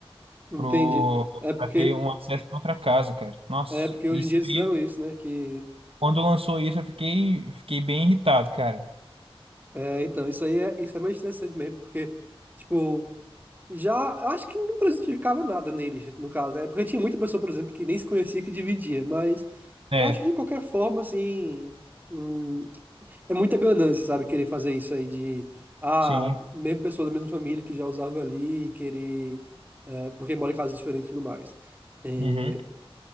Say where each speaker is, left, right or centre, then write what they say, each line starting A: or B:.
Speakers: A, on the right; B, on the right.
A: Entendi.
B: pro
A: É porque,
B: pra ter um acesso a outra casa, cara. Nossa,
A: é porque hoje
B: isso
A: em dia eles
B: aí,
A: fizeram isso, né? Que,
B: quando lançou isso, eu fiquei fiquei bem irritado, cara.
A: é, então, isso aí é, isso é meio interessante mesmo, porque, tipo, já, eu acho que não prejudicava nada neles, no caso, é Porque tinha muita pessoa, por exemplo, que nem se conhecia, que dividia, mas
B: É,
A: eu acho que de qualquer forma, assim, hum, é muita ganância, sabe? Querer fazer isso aí de, ah,
B: sim.
A: mesmo pessoa da mesma família que já usava ali, querer, é, porque mora em casas diferentes e tudo mais. É,
B: Uhum.